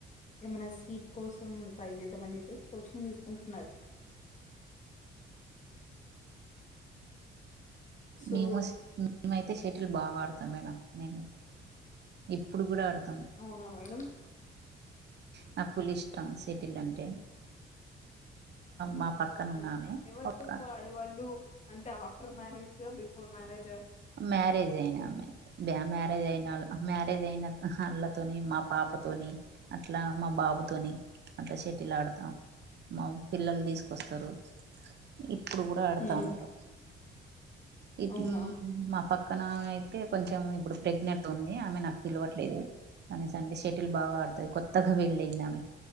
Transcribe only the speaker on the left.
ఏమైనా సీట్ కోసం ట్రై చేద్దాం అని చెప్పేసి కోచింగ్ తీసుకుంటున్నారు. సో
అవున మేడంమ్.
అవునా
ఎవరితో
ఎక్కువ ఆడేవాళ్ళు అంటే ఆఫ్టర్ మ్యారేజ్ బిఫోర్ మ్యారేజా.
ఉమ్
అవునా